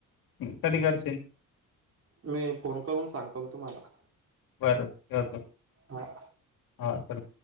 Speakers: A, on the left; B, on the right.
A: कधी करचिल.?
B: मी फोन करून सांगतो तुम्हाला.
A: बरं ठेवतो.
B: हां
A: हा चल.